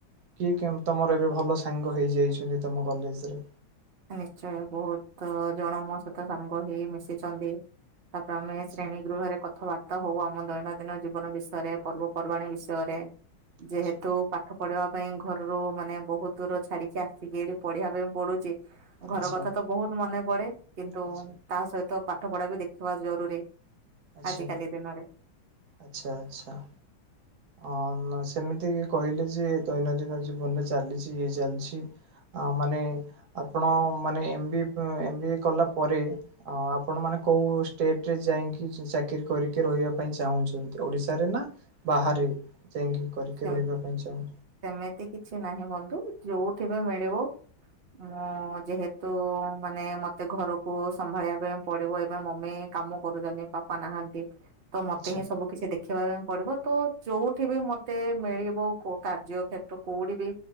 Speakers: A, on the right; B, on the right.
A: କିଏ କେମତୀ ତମର ଏବେ ଭଲ ସାଙ୍ଗ ହେଇଯାଇଛନ୍ତି ତମ କଲେଜରେ।
B: ନିଶ୍ଚୟ ବହୁତ ଜଣ ମୋ ସହିତ ସାଙ୍ଗ ହି ମିଶିଛନ୍ତି। ତାପରେ ଆମେ
A: ଆଛା
B: ଶ୍ରେଣୀ ଗୃହରେ କଥାବାର୍ କଥା ହଉ ଆମ ଦୈନନ୍ଦିନ ଜୀବନ ବିଷୟରେ ପର୍ବପର୍ବାଣୀ ବିଷୟରେ ଯେହେତୁ
A: ଆଛା
B: ପାଠ ପଢିବା ପାଇଁ ଘରରୁ ମାନେ ବହୁତ ଦୂର ଛାଡିକି ଆସିକି ଏଠି ପଢିବା ପାଇଁ ପଡୁଛି। ଘର
A: ଆଛା
B: କଥା ତ ବହୁତ ମନେ ପଡେ କିନ୍ତୁ
A: ଆଛା
B: ତା ସହିତ ପାଠ ପଢା ବି ଦେଖିବା ଜରୁରୀ।
A: ଆଛା
B: ଆଜିକାଲି ଦିନରେ
A: ଆଛା ଆଛା। ଅଁ ନ ସେମିତି କହିଲେ ଯେ ଦୈନନ୍ଦିନ ଜୀବନରେ ଚାଲିଛି ଇଏ ଚାଲିଛି। ଆ ମାନେ ଆପଣ ମାନେ M B M M B A କଲା ପରେ ଅ ଆପଣ ମାନେ କୋଉ ଷ୍ଟେଟରେ ଯାଇକି ଚାକିର କରିକି ରହିବା ପାଇଁ ଚାହୁଁଛନ୍ତି ଓଡିଶାରେ ନା ବାହାରେି ଯାଇଙ୍ଗି କରିକି
B: ସେମ
A: ରହିବା ପାଇଁ ଚାହୁଁ
B: ସେମିତି କିଛି ନାହିଁ ବନ୍ଧୁ ଯୋଉଠି ବି ମିଳିବ ମୁଁ ଯେହେତୁ ମାନେ ମତେ ଘରକୁ ସମ୍ଭାଳିବା ପାଇଁ ପଡିବ ଏବେ ମମି କାମ କରୁଛନ୍ତି ପାପା ନାହାନ୍ତି। ତ ମତେ
A: ଆଚ୍ଛା।
B: ହିଁ ସବୁ କିଛି ଦେଖିବା ପାଇଁ ପଡିବ ତ ଯୋଉଠି ବି ମ ମତେ ମିଳିବ କୋ କାର୍ଯ୍ୟ ଖେତ୍ର କୋଉଠି ବି